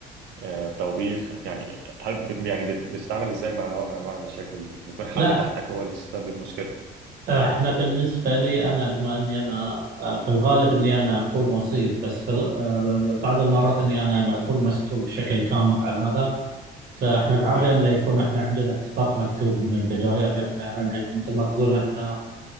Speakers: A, on the right; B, on the right.
A: آه، التوبيخ يعني هل يعني بت- بتتعامل ازاي مع نوع من انواع المشاكل دي إن يكون حد
B: لا
A: تحتك هو اللي سبب مشكله
B: احنا بالنسبة لي أنا بما أني أنا آه، في الغالب أني أنا أكون وسيط بس في ال- آه، بعض المرات أني أنا ما أكون مسؤول بشكل كامل عن هذا فاحنا العادة
A: امم
B: أنه يكون احنا عندنا اتفاق مكتوب من البداية ب- يعني مثل ما تقول احنا